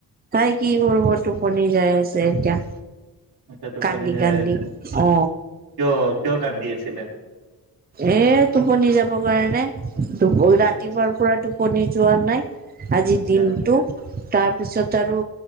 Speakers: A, on the right; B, on the right.
A: তাই কি কৰব টোপনি যাই আছে এতিয়া।
B: আচ্ছা টোপনি
A: কান্দি-কান্দি
B: যাই আছে
A: অ,
B: কিয় কিয় কান্দি আছিলে?
A: এ টোপনি যাবৰ কাৰণে দুপ ৰাতিপুৱাৰ
B: আচ্ছা
A: পৰা টোপনি যোৱা নাই। আজি
B: আচ্ছা
A: দিনটো তাৰপিছত আৰু